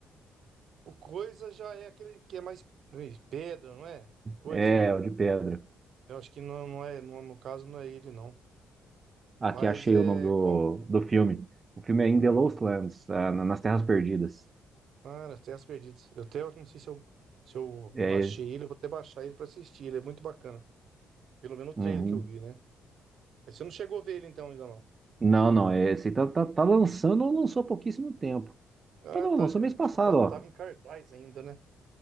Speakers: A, on the right; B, on the right.
A: O coisa já é aquele que é mais ei, pedra, não é? O coisa.
B: É, o de pedra.
A: Eu acho que não, não é, no, no caso não é ele, não.
B: Aqui
A: Mas
B: achei
A: é.
B: o nome do,
A: Qual.
B: do filme. O filme é In the Lost Lands, ah, na- nas Terras Perdidas.
A: Ah, Terras Perdidas. Eu até eu não sei se eu, se eu
B: É,
A: baixei ele, eu vou até baixar ele pra assistir. Ele é muito bacana. Pelo menos o
B: uhum.
A: trailer que eu vi, né? Aí você não chegou a ver ele então ainda não.
B: Não, não, é, esse tá, tá, tá lançando ou lançou há pouquíssimo tempo.
A: Ah,
B: Ah, não,
A: tá.
B: lançou
A: já-
B: mês passado,
A: acho que tá, tava
B: ó.
A: em cartaz ainda, né?